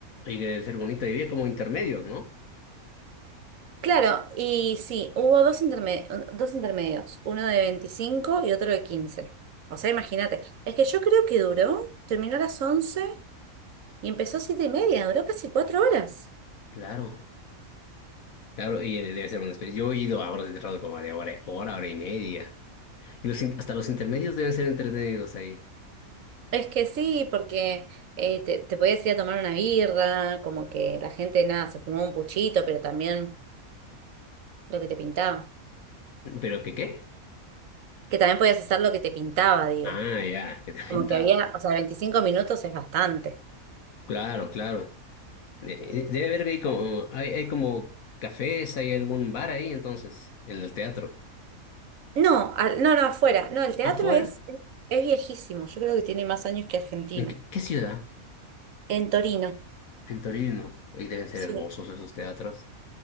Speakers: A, on the left; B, on the right.
A: oye, debe ser bonito vivir como intermedios, ¿no?
B: Claro, y sí, hubo dos, interme- dos intermedios, uno de 25 y otro de quince O sea, imagínate, es que yo creo que duró, terminó a las 11 y empezó a 7 y media, duró casi 4 horas.
A: Claro, claro, y debe ser una experiencia. Yo he ido a horas de trabajo como de hora, hora, hora y media. Y los, in- hasta los intermedios deben ser entretenidos ahí.
B: Es que sí, porque eh, te, te podías ir a tomar una birra, como que la gente, nada, se fumó un puchito, pero también lo que te pintaba.
A: ¿Pero qué qué?
B: que también podías hacer lo que te pintaba, digo.
A: Ah, ya, que te <laughs> aventaba.
B: Como que había, o sea, 25 minutos es bastante.
A: Claro, claro. De- Debe haber ahí como, hay, hay como cafés, hay algún bar ahí entonces, en el teatro.
B: No, al- no, no, afuera. No, el teatro
A: Afuera,
B: es, es viejísimo. Yo creo que tiene más años que Argentina.
A: ¿en qué, qué ciudad?
B: En Torino.
A: En Torino. Y deben ser
B: Sí.
A: hermosos esos teatros.